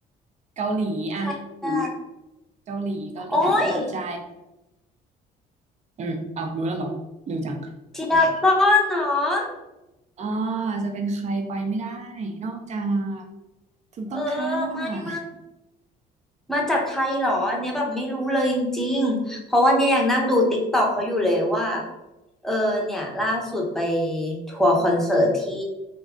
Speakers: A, on the right (about 45°); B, in the centre.
A: เกาหลีอะ
B: ใครอ่ะ
A: เกาหลีเกาหลีเกาใจ
B: โอ้ย
A: เออเอารู้แล้วเหรอเร็วจัง
B: เจียก้อนเนาะ
A: อ่าจะเป็นใครไปไม่ได้นอกจากถูกต้องค่ะ
B: เออไม่ไม่มาจากไทยเหรออันเนี้ยแบบไม่รู้เลยจริงๆเพราะว่าเนี่ยยังนั่งดูติ๊กตอกเขาอยู่เลยว่าเออเนี่ยล่าสุดไปทัวร์คอนเสิร์ตที่